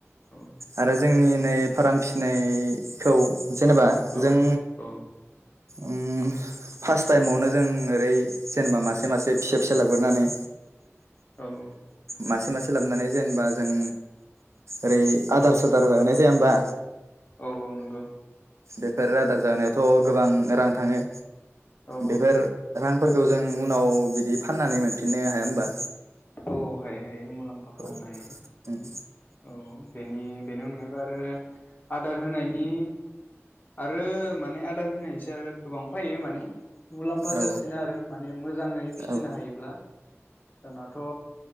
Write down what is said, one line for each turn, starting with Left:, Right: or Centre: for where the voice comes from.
Left: औ
Right: आरो जोंनि नै फाराम फिसिनायखौ जेनेबा
Left: औ
Right: जों
Left: औ
Right: ओं फास्ट टाइमावनो जों ओरै जेनेबा मासे मासे फिसा फिसा लाबग्रोनानै
Left: औ
Right: मासे मासे लाबनानै जेनबा जों ओरै आदार सादार जाहोनाय जाया होमबा
Left: औ औ नोंगौ।
Right: बेफोर आदार जाहोनायावथ' गोबां रां थाङो
Left: औ
Right: बेफोर रां फोरखौ जों उनाव बिदि फाननानै मोनफिननो हाया होमबा?
Left: औ हायो। हायो मुलाम्फा खालामनो
Right: औ
Left: हायो
Right: उम
Left: औ बेनि बेनि अनगायैबो आरो आदार होनायनि आरो माने आदार होनायनिसो आरो गोबां फायो माने मुलाम्फा
Right: औ
Left: जासिनो आरो माने मोजाङै फिसिनो
Right: औ
Left: हायोब्ला दानाथ'